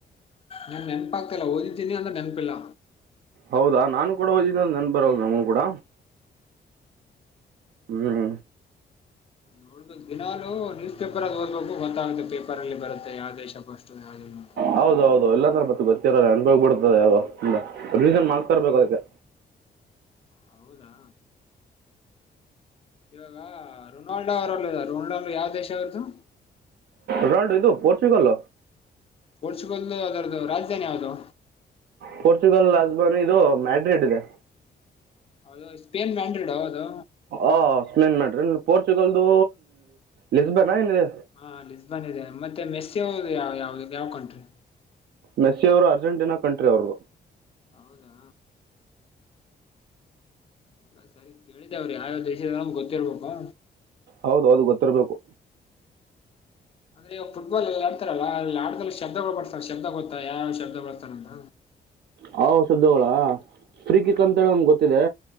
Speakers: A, on the left; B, on the right.
A: ನಿಮ್ ನೆನಪಾಗ್ತಲ್ಲ ಓದಿದ ಇನ ಅಂತ ತೆನಪಿಲ್ಲ
B: ಹೌದಾ ನಾನು ಕೂಡ ಹದ ನನ್ ಬರಲ್ಲ ನವುನು ಕೂಡ ಹ್ಮ್
A: ನೋಡ್ಬೇಕು ದಿನಾಲು ನ್ಯೂಸ್ ಪೇಪರ್ ಅದು ದ್ಬೇಕು ಗೊತ್ತಾಗುತ್ತೆ ಪೇಪರ್ ಅಲ್ಲಿ ಬರುತ್ತೆ ಯಾವ ದೇಶ ಫಸ್ಟು ಯಾವ್ದಿಲ್ಲ ಅಂತ
B: ಹೌದೌದು ಎಲ್ಲಾಂದ್ರೆ ಮತ್ತ ಗೊತ್ತ ಅನ್ಪೋಗ್ ಬಿಡ್ತದೆ ಯೋೀನ್ ಮಾಡ್ತರ್ಬೇಕು ಅದಕ್ಕೆ
A: ಹೌದಾ ಇವಾಗ ರೊನಾಲ್ಡೋ ಅವರಲ್ಲ ರೊನಾಲ್ಡೋ ಯಾವ್ ದೇಶ ಅವರದುು
B: ರೋನಾಲ್ಡೋ ಇದು ಪೋರ್ಚುಗಲ್
A: ಪೋರ್ಚುಗಲ್ ಅದರ್ದು ರಾಜಧಾನಿ ಯಾವದು
B: ಪೋರ್ಚುಗಲ್ ಅಜ್ಮನ್ ಇದು ಮ್ಯಾಡ್ರಿಡ್ ಇದೆ
A: ಹೌದು ಸ್ಪೇನ್ ಮ್ಯಾಂಡ್ರಿಡ್ ಅದು
B: ಹ ಸ್ೇನ್ ಮಾಡ್ರಿ ಪೋರ್ಚುಗಲ್ದು ಲಿಸ್ಬನ್ ಏ
A: ಹಾ ಲಿಿಸಬಾನ್ ಇದೆ ಮತ್ತೆ ಮೆಸ್ಸಿ ಅವ ಯಾವ ಯಾವ್ದ ಯಾವಕಂ್ರಿ
B: ಮೆಸ್ಸಿ ಅವರು ಅರ್ಜೆಂಟೀನಾ ಕಂಟ್ರಿ ಅವ್ರದುು
A: ಹೌದಾ ಎಲ್ಲ ಸರಿ ಕೇಳಿದೆೇವ್ರಿ ಯಾವ ದೇಶದಮ ಗೊತ್ತಿರ್ಬೇಕು
B: ಹೌದ ಹೌದು ಗೊತ್ತಿರ್ಬೇಕು
A: ಅಂದ್ರೆಗಾಗಫುಟ್ಬಾಲ್ ಎಲ್ಲ ಗಲ್ಲ ಅಲ್ಲಿ ಆದಲ್ಲಿ ಶಬ್ದಗಳು ಬರ್ತಾರೆ ಶಬ್ದ ಗೊತ್ತಾ ಯಾವ ಶಬ್ದ ಬರ್ತಾರ ಅಂತ
B: ಹಾ ಸ್ದವಳ ಫ್ರೀಕಿಕ್ಂತೇಳಿ
A: ಹ್ಮ
B: ನಮ್ಗೆ ಗೊತ್ತಿದೆ